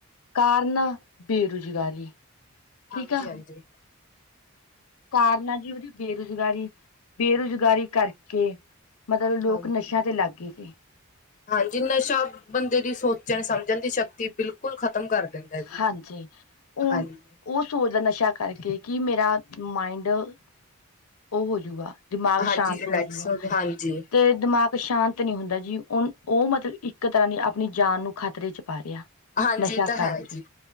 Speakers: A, on the left (about 80°); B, on the left (about 35°).
A: ਕਾਰਨ! ਬੇਰੁਜ਼ਗਾਰੀ ਠੀਕ
B: ਹਾਂਜੀ-ਹਾਂਜੀ।
A: ਆ ਕਾਰਨ ਆ-ਜੀ, ਬੇਰੁਜ਼ਗਾਰੀ, ਬੇਰੁਜ਼ਗਾਰੀ ਕਰਕੇ ਮਤਲਬ ਲੋਕ
B: ਹਾਂਜੀ।
A: ਨਸ਼ਿਆਂ ਤੇ, ਲੱਗ ਗਏ ਸੀ।
B: ਹਾਂਜੀ। ਨਸ਼ਾ! ਬੰਦੇ ਦੀ ਸੋਚਣ, ਸਮਝਣ ਦੀ ਸ਼ਕਤੀ ਬਿਲਕੁਲ ਖ਼ਤਮ ਕਰ ਦਿੰਦਾ ਜੀ।
A: ਹਾਂਜੀ‌। ਉਹ-
B: ਹਾਂਜੀ,
A: ਉਹ ਸੋਚ ਦਾ ਨਸ਼ਾ ਸ਼ਾ ਕਰਕੇ ਕੀ, ਮੇਰਾ ਮਾਇੰਡ ਉਹ ਹੋਜੂਗਾ। ਦਿਮਾਗ
B: ਹਾਂਜੀ
A: ਸ਼ਾਂਤ
B: ਰਿਲੈਕਸ
A: ਹੋਜੂਗਾ,
B: ਹੋ ਹਾਂਜੀ,
A: ਤੇ ਦਿਮਾਗ ਸ਼ਾਂਤ ਨੀ ਹੁੰਦਾ ਜੀ। ਉਹ-ਉਹ ਮਤਲਬ ਇੱਕ ਤਰ੍ਹਾਂ ਦੀ ਆਪਣੀ ਜਾਨ ਨੂੰ ਖਤਰੇ'ਚ ਪਾ ਰਿਹਾ,
B: ਹਾਂਜੀ
A: ਨਸ਼ਾ
B: ਇਹ ਤਾਂ
A: ਕਰਕੇ।
B: ਹੈ ਜੀ।